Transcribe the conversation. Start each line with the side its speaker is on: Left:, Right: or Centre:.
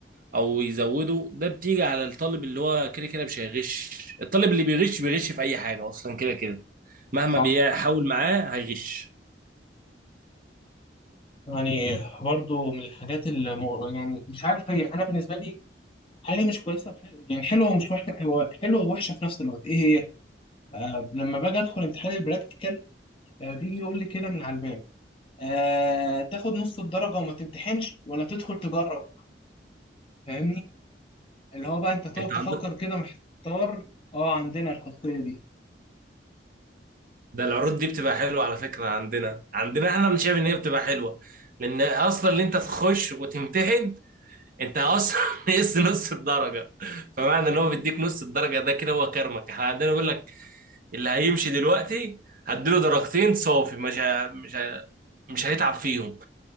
Right: او يزوده ده بتيجي على الطالب اللي هو كده كده مش هيغش الطالب اللي بيغش بيغش في اي حاجة اصلا كده كده مهما
Left: صح
Right: بيحاول معاه هيغش
Left: يعني برضو من الحاجات اللي مو- يعني مش عارف هي انا بالنسبه لي حاجه مش كويسه وحل- يعني حلوه ومش وحشه هو حلوه ووحشه في نفس الوقت ايه هي آه لما باجي ادخل امتحان البراكتيكال آه بيجي يقول لي كده من على الباب آه تاخد نص الدرجه وما تمتحنش ولا تدخل تجرب فاهمني اللي هو بقى انت تقعد
Right: انت
Left: تفكر
Right: عندك
Left: كده محتار اه عندنا الخاصيه دي
Right: ده العروض دي بتبقى حلوة على فكرة عندنا عندنا احنا مش شايف ان هي بتبقى حلوة لان اصلا اللي انت تخش وتمتحن انت اصلا <laughs> نقص نص الدرجة فمعنى ان هو بيديك نص الدرجة ده كده هو كرمك احنا عندنا بيقول لك اللي هيمشي دلوقتي هديله درجتين صافي مش ه... مش ه... مش هيتعب فيهم